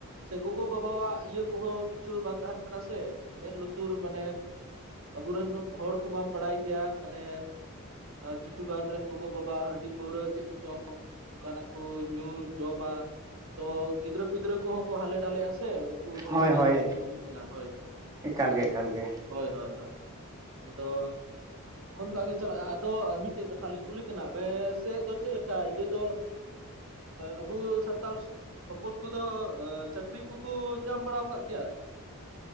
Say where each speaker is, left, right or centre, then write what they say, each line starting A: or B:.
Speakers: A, on the right; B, on the right.
A: ᱥᱮ ᱜᱚᱜᱚ ᱵᱟᱵᱟᱣᱟᱜ ᱤᱭᱟᱹ ᱠᱚᱦᱚᱸ ᱠᱤᱪᱷᱩ ᱵᱟᱝ ᱛᱟᱦᱮᱱ ᱠᱟᱱᱟ ᱥᱮ ᱢᱮᱸᱫ ᱞᱩᱛᱩᱨ ᱢᱟᱱᱮ ᱟᱵᱚᱨᱮᱱ ᱦᱚᱲ ᱠᱚᱢᱟᱢ ᱵᱟᱲᱟᱭ ᱜᱮᱭᱟ ᱢᱟᱱᱮ ᱠᱤᱪᱷᱩ ᱜᱟᱱ ᱨᱮᱱ ᱜᱚᱜᱚ ᱵᱟᱵᱟ ᱦᱟᱺᱰᱤ ᱯᱟᱹᱣᱨᱟᱹ ᱪᱮᱫ ᱠᱚ ᱪᱚᱝ ᱚᱱᱠᱟᱱᱟᱜ ᱠᱚ ᱧᱩ ᱡᱚᱢᱟ ᱛᱚ ᱜᱤᱫᱽᱨᱟᱹ ᱯᱤᱫᱽᱨᱟᱹ ᱠᱚᱦᱚᱸ ᱠᱚ ᱦᱟᱞᱮ ᱰᱷᱟᱞᱮᱜᱼᱟ ᱥᱮ, ᱵᱟᱠᱚ
B: ᱦᱳᱭ
A: ᱧᱮᱞ
B: ᱦᱳᱭ
A: ᱞᱩᱛᱩᱨ ᱠᱚ ᱠᱟᱱᱟ ᱦᱳᱭ,
B: ᱮᱠᱟᱞ ᱜᱮ ᱮᱠᱟᱞ ᱜᱮ
A: ᱦᱳᱭ ᱦᱳᱭ ᱦᱳᱭ ᱟᱫᱚ ᱚᱱᱠᱟ ᱜᱮ ᱪᱟᱞᱟᱜᱼᱟ ᱟᱫᱚ ᱢᱤᱫᱴᱮᱡ ᱠᱟᱛᱷᱟ ᱞᱤᱧ ᱠᱩᱞᱤ ᱠᱟᱱᱟ ᱟᱯᱮᱥᱮᱫ ᱫᱚ ᱪᱮᱫ ᱞᱮᱠᱟ ᱤᱭᱟᱹ ᱫᱚ ᱟᱵᱚ ᱥᱟᱱᱛᱟᱞᱥ ᱦᱚᱯᱚᱱ ᱠᱚᱫᱚ ᱪᱟᱹᱠᱨᱤ ᱠᱚᱠᱚ ᱧᱟᱢ ᱵᱟᱲᱟ ᱟᱠᱟᱫ ᱜᱮᱭᱟ?